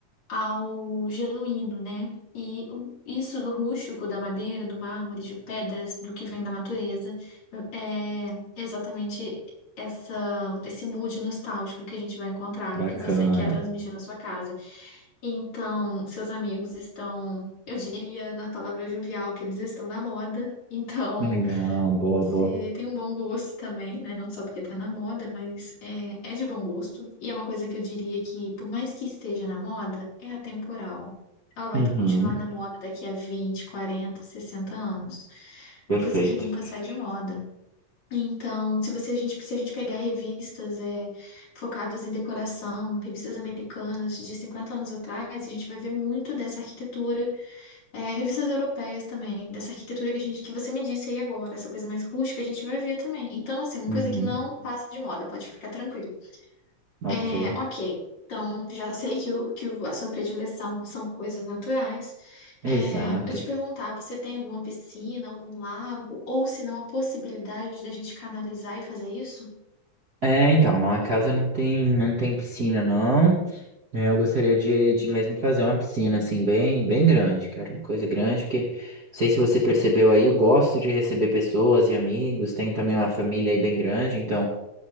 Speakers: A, on the left (about 50°); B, on the right (about 35°).
A: ao genuíno, né? E o- isso do rústico, da madeira, do mármore, de pedras, do que vem da natureza, é exatamente essa, esse mood nostálgico que a gente vai encontrar,
B: bacana,
A: né? Que você quer transmitir na sua casa. Então, seus amigos estão, eu diria na palavra jovial, que eles estão na moda. Então,
B: legal, boa,
A: você
B: boa.
A: tem um bom gosto também, né? Não só porque tá na moda, mas é, é de bom gosto. E é uma coisa que eu diria que, por mais que esteja na moda, é atemporal. Ela vai
B: Uhum,
A: continuar na moda daqui a 20, 40, 60 anos.
B: perfeito.
A: É uma coisa que nunca sai de moda. Então, se você, a gente, se a gente pegar revistas é, focadas em decoração, revistas americanas de 50 anos atrás, a gente vai ver muito dessa arquitetura é, revistas europeias também, dessa arquitetura que a gente, que você me disse aí agora, essa coisa mais rústica, a gente vai ver também. Então, assim, uma
B: Uhum,
A: coisa que não passa de moda, pode ficar tranquilo.
B: ok.
A: É, ok. Então, já sei que, o, que o- a sua predileção são coisas naturais.
B: Exato.
A: É, eu te perguntar, você tem alguma piscina, algum lago, ou se não, a possibilidade da gente canalizar e fazer isso?
B: É, então, na casa não tem, não tem piscina, não. É, Eu gostaria de, de mesmo fazer uma piscina, assim, bem, bem grande, cara. Uma coisa grande, porque, não sei se você percebeu aí, eu gosto de receber pessoas e amigos, tenho também uma família aí bem grande, então.